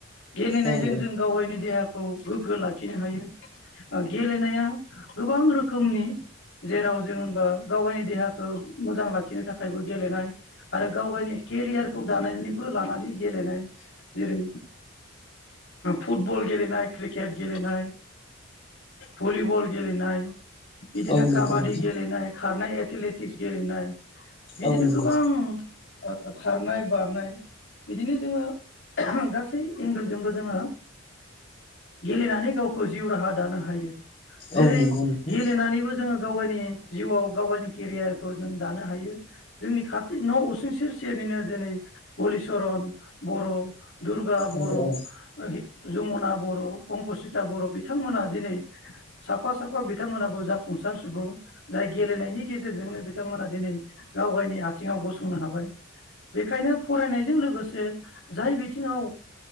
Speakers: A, on the left; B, on the left.
A: गेलेनायजों
B: औ औ
A: जों गाव गावनि देहाखौ खौ गोग्गो लाखिनो हायो गेलेनाया गोबां रोखोमनि जेराव जों हबा गाव गावनि देहाखौ मोजां लाखिनो थाखायबो गेलेनाय आरो गाव गावनि केरियारखौ दानानैबो लानानै गेलेनाय जेरै फुटबल गेलेनाय क्रिकेट गेलेनाय भलिबल गेलेनाय बिदिनो
B: औ
A: काबादि
B: नंगौ नोंथां
A: गेलेनाय खारनाय एथेटिक्स गेलेनाय बिदिनो
B: औ नंगौ
A: गो बां ओ खारनाय बारनाय बिदिनो जोङो गासै एंगोलजोंबो जोङो गेलेनानै गावखौ जिउ राहा दानो हायो जेरै
B: औ नंगौ नोंथां
A: गेलेनानैबो जोङो गाव गावनि जिउआव गाव गावनि केरियारखौ नों दानो हायो जोंनि खाथि न' उसुं सेरसेनिनो जेरै हलिचरन बर' दुरगा बर'
B: औ औ
A: जमुना बर' अंकसिता बर' बिथांमोना दिनै साफा साफा बिथांमोनाबो जाफुंसार सुबुं जाय गेलेनायनि गेजेरजोंनो बिथांमोना दिनै गाव गावनि आथिङाव गसंनो हाबाय बेखायनो फरायनायजों लोगोसे जाय बिथिङाव